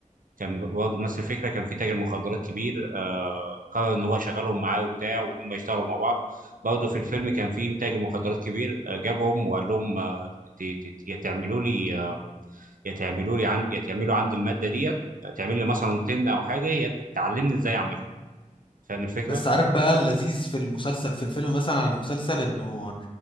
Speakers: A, on the right (about 85°); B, on the left (about 40°).
A: كان برضه نفس الفكرة كان في تاجر مخدرات كبير آه قرر إن هو يشغلهم معاه وبتاع وإن هم يشتغلوا مع بعض برضه في الفيلم كان في تاجر مخدرات كبير آه جابهم وقال لهم آه ت- ت- يا تعملوا لي آه، يا تعملوا لي عند يا تعملوا عندي المادة ديت تعمل لي مثلا طن أو حاجة يا تعلمني إزاي أعملها فاهم الفكرة؟
B: بس عارف بقى اللذيذ في المسلسل في الفيلم مثلا على المسلسل انه